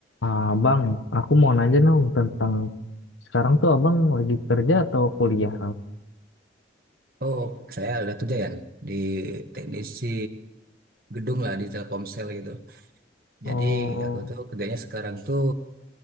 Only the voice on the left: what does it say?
Ah, bang, aku mau nanya dong tentang sekarang tuh abang lagi kerja atau kuliah?
Oh,